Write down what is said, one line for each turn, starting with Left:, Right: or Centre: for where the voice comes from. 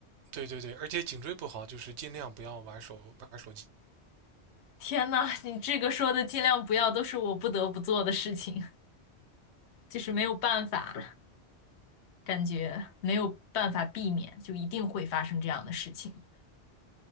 Right: 对对对，而且颈椎不好，就是尽量不要玩手玩手机，
Left: 天呐，你这个说的尽量不要，都是我不得不做的事情，就是没有办法，感觉没有办法避免，就一定会发生这样的事情，